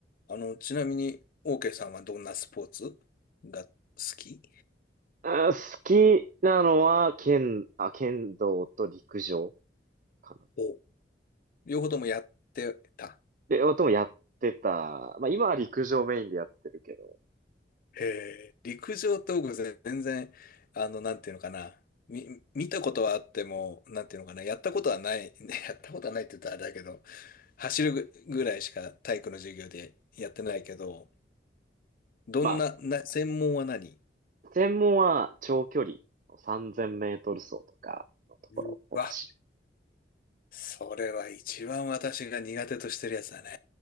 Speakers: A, on the left; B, on the right.
A: あの、ちなみに、オーケーさんはどんなスポーツが好き
B: あ、好きなのは、剣、あ、剣道と陸上かな。
A: お、両方ともやってた。
B: で、ともやってた。まあ今は陸上メインでやってるけど、
A: えー、陸上と僕全然、あの、なんていうのかな。み、見たことはあっても、なんていうのかな。やったことはない。<laughs> ね、やったことはないって言ったらあれだけど、走るぐぐらいしか体育の授業でやってないけど、どんな、
B: まあ、
A: な、専門は何
B: 専門は長距離3000メートル走とかのところを走る。
A: うわ、それは一番私が苦手としてるやつだね。